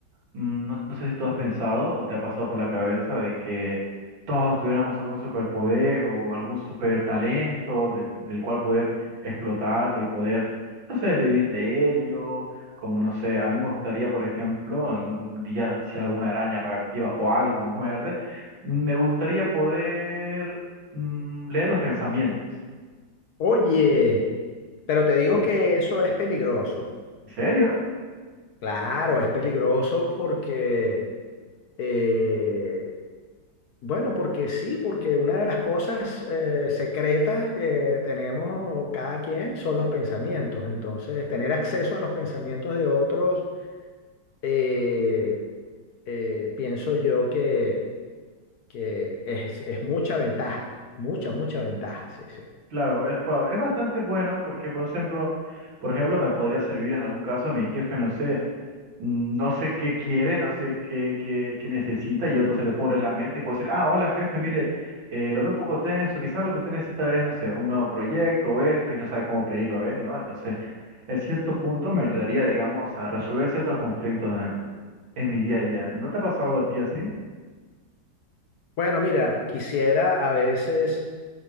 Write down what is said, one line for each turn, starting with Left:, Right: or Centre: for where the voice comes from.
Right: Mm, No, no sé si tú has pensado o te ha pasado por la cabeza de que todos tuviéramos algún superpoder o algún super talento del, del cual poder explotarlo y poder, no sé, vivir de ello. Como no sé, a mí me gustaría, por ejemplo, algún día, si alguna araña reactiva o algo me muerde, me gustaría poder mm, leer los pensamientos.
Left: oye, pero te digo
Right: ¿En
Left: que eso es peligroso.
Right: serio?
Left: Claro, es peligroso porque, eh, bueno, porque sí, porque una de las cosas eh, secretas que tenemos cada quien son los pensamientos. Entonces, tener acceso a los pensamientos de otros, eh, eh, pienso yo que, que es, es mucha ventaja, mucha, mucha ventaja, sí, sí.
Right: Claro, es, pa- es bastante bueno porque, por ejemplo, por ejemplo, me podría servir en algún caso a mi jefe, no sé. no sé qué quiere, no sé qué, qué, qué necesita, y otro se le pone en la mente y puede decir, ah, hola jefe, mire, eh, lo veo un poco tenso, quizás lo que usted necesita es, no sé, un nuevo proyecto o esto, y no sabe cómo pedirlo él, ¿no? Entonces, en cierto punto me ayudaría, digamos, a resolver ciertos conflictos en, en mi día a día. ¿Y no te ha pasado algo a ti así?
Left: Bueno, mira, quisiera a veces